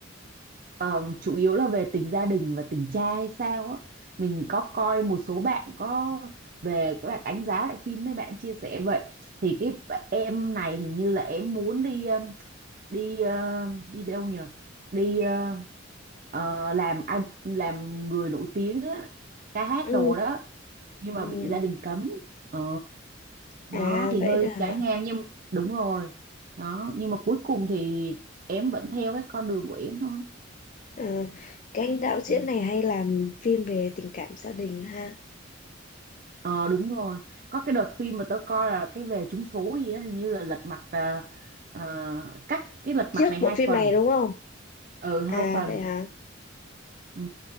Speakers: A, on the right; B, on the left.
A: Ờ, chủ yếu là về tình gia đình và tình cha hay sao á mình có coi một số bạn có về các bạn đánh giá lại phim mấy bạn chia sẻ vậy thì cái em này hình như là em muốn đi đi ờ, đi đâu nhờ đi ờ, ờ, làm ai- làm người nổi tiếng á ca hát
B: Ừ,
A: đồ đó nhưng mà
B: ừ.
A: bị gia đình cấm ờ nó
B: À,
A: thì
B: vậy
A: hơi
B: đó hả?
A: trái ngang nhưng đúng rồi đó nhưng mà cuối cùng thì em vẫn theo cái con đường của em thôi
B: À, cái anh đạo diễn
A: Ừ.
B: này hay làm phim về tình cảm gia đình ha.
A: ờ đúng rồi có cái đợt phim mà tớ coi là cái về trúng số gì á hình như là lật mặt ờ, ờ, cách cái lật
B: Trước
A: mặt này hai
B: bộ phim
A: phần
B: này đúng không?
A: ừ hai
B: À
A: phần
B: vậy hả?
A: Ừ.